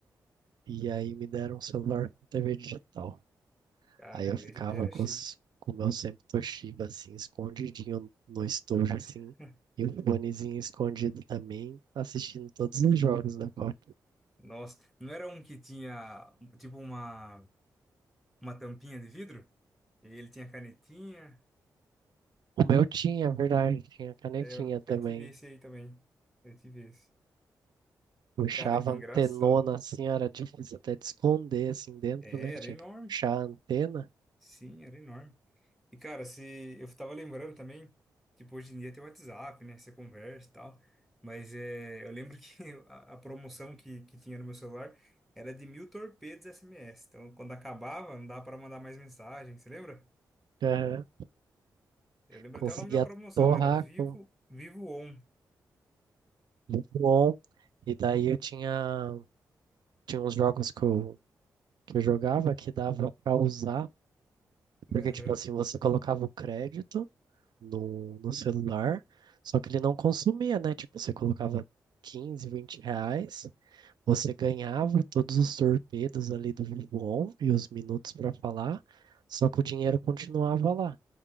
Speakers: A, on the right (about 60°); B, in the centre.
A: e aí me deram um celular com TV digital.
B: Caramba,
A: Aí eu ficava
B: ele era
A: com,
B: chique.
A: os- com o meu sempre Toshiba, assim, escondidinho no estojo, assim,
B: <laughs>
A: e o fonezinho escondido também, assistindo todos os jogos da Copa.
B: Nossa, não era um que tinha tipo uma. uma tampinha de vidro. E ele tinha canetinha.
A: O meu tinha, é verdade, tinha canetinha
B: É, eu,
A: também.
B: eu tive esse aí também. Eu tive esse.
A: Puxava
B: Cara, que engraçado.
A: a antenona, assim, era difícil até de esconder, assim, dentro,
B: É,
A: né, que
B: era
A: tinha
B: enorme.
A: que puxar a antena.
B: Sim, era enorme. E, cara, se eu tava lembrando também, tipo, hoje em dia tem o WhatsApp, né? Você conversa e tal. Mas é, eu lembro que <laughs> a, a promoção que, que tinha no meu celular era de mil torpedos SMS. Então, quando acabava, não dava pra mandar mais mensagem. Você lembra?
A: Aham.
B: Eu lembro
A: Conseguia
B: até o nome da promoção.
A: torrar
B: Era Vivo,
A: com
B: Vivo On.
A: tudo on. E daí eu tinha, tinha uns jogos que eu, que eu jogava que dava pra usar Porque,
B: Aham.
A: tipo assim, você colocava o crédito no, no celular, só que ele não consumia, né? Tipo, você colocava 15 20 reais, você ganhava todos os torpedos ali do Vivo e os minutos para falar, só que o dinheiro continuava lá.